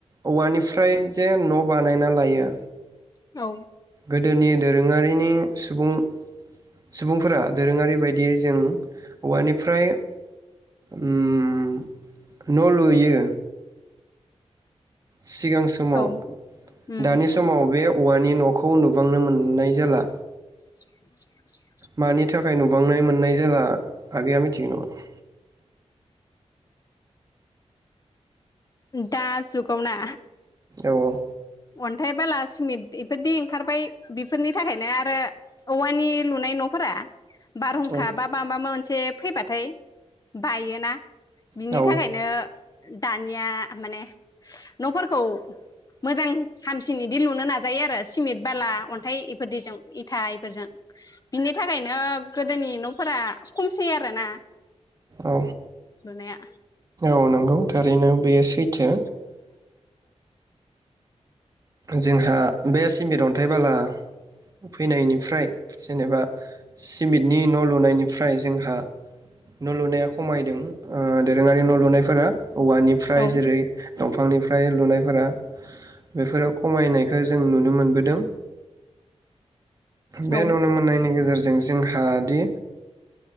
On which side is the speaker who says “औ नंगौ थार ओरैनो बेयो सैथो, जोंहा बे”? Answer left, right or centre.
Right